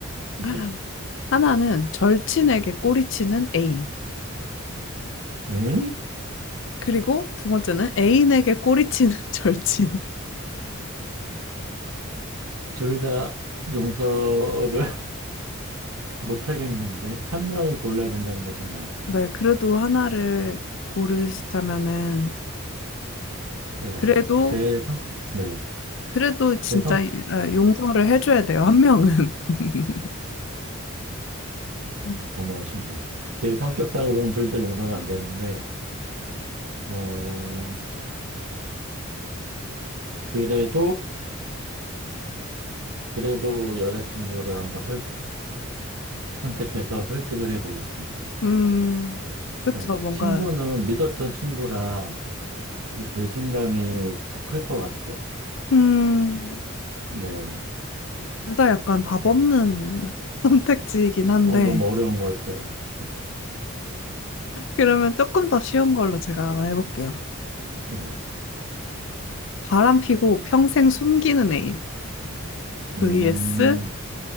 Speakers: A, on the right; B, on the left.
A: 네.
B: <laughs> 하나는 절친에게 꼬리치는 애인.
A: 에이?
B: 그리고 두 번째는 애인에게 꼬리치는 <laughs> 절친.
A: 둘 다 용서를 <laughs> 못 하겠는데, 한 명을 골라야 된다는 거잖아요.
B: 네, 그래도 하나를 고르시자면은,
A: 음, 와,
B: 그래도,
A: 제 성, 네.
B: 그래도 진짜
A: 제 성,
B: 아, 용서를 해줘야 돼요, 한 명은. <laughs> 음,
A: 단호하시네. 제 성격상으로는 둘 다 용서가 안 되는데,
B: 네.
A: 어, 그래도, 그래도 여자친구를 한번 설- 선택해서 설득을 해보겠습니다.
B: 음, 그쵸,
A: 네.
B: 뭔가,
A: 친구는 믿었던 친구라, 이 배신감이 더 클 것 같아요.
B: 음,
A: 네.
B: 둘 다 약간 답 없는 <laughs> 선택지이긴 한데,
A: 어, 너무 어려운 거였어요, 진짜.
B: 그러면 조금 더 쉬운 걸로 제가 하나 해볼게요.
A: 네.
B: 바람 피고 평생 숨기는 애인.
A: 음,
B: vs